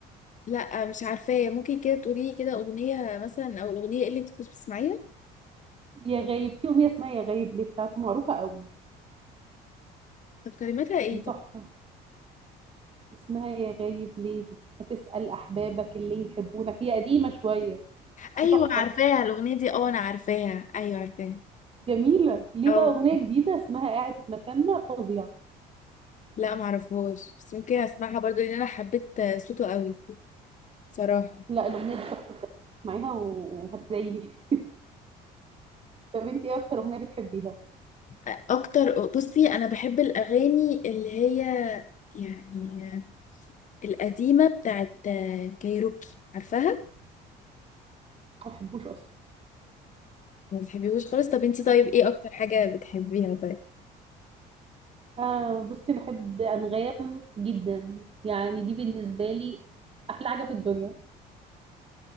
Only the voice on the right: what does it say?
يا غايب في اغنيه اسمها يا غايب ليه بتاعته معروفه قوي
دي
تحفه اسمها يا غايب ليه هتسال احبابك اللي يحبونك هي قديمه شويه بس
تحفه
جميله ليه
بقى اغنيه جديده اسمها قاعد مكاننا فظيعه
لا الاغنيه دي تحفه بجد. اسمعيها و- وهتدعيلي <laughs> طب انت ايه اكتر اغنيه بتحبيها
ما بحبوش اصلا
آه بصي بحب أنغام جدا يعني دي بالنسبة لي أحلى حاجة في الدنيا